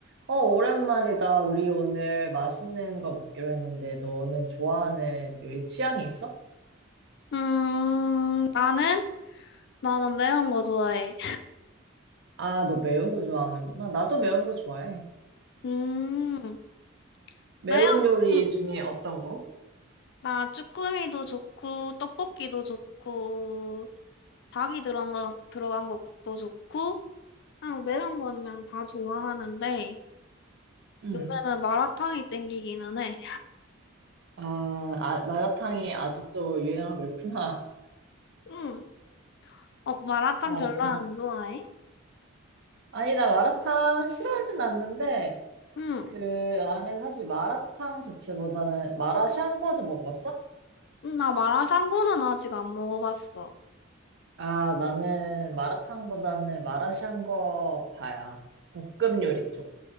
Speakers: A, on the right (about 60°); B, on the left (about 55°).
A: 어, 오랜만이다. 우리 오늘 맛있는 거 먹기로 했는데, 너는 좋아하는 요리 취향이 있어?
B: 음, 나는? 나는 매운 거 좋아해.
A: 아, 너 매운 거 좋아하는구나. 나도 매운 거 좋아해.
B: 음,
A: 매운
B: 매운,
A: 요리
B: 음,
A: 중에 어떤 거?
B: 나 쭈꾸미도 좋고, 떡볶이도 좋고, 닭이 들어간 거, 들어간 것도 좋고, 그냥 매운 거면 다 좋아하는데,
A: 응.
B: 요새는 마라탕이 땡기기는 해.
A: 아, 아, 마라탕이 아직도 유행하고 있구나.
B: 음, 어, 마라탕
A: <laughs> 마라탕.
B: 별로 안 좋아해?
A: 아니, 나 마라탕 싫어하진 않는데,
B: 음,
A: 그, 나는 사실 마라탕 자체보다는 마라샹궈도 먹어봤어?
B: 음, 나 마라샹궈는 아직 안 먹어봤어.
A: 아, 나는 마라탕보다는 마라샹궈 파야. 볶음 요리 쪽.